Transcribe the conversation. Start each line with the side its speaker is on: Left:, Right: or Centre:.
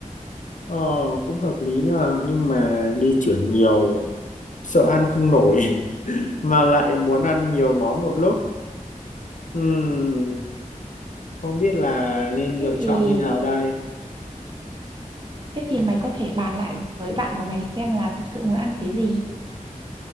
Left: ờ, cũng hợp lý nhờ nhưng mà đi chuyển nhiều sợ ăn không nổi <laughs> mà lại muốn ăn nhiều món một lúc Ừm, không biết là nên
Right: Thế
Left: lựa
Right: thì
Left: chọn như nào đây
Right: thế thì mày có thể bàn lại với bạn của mày xem là thực sự muốn ăn cái gì.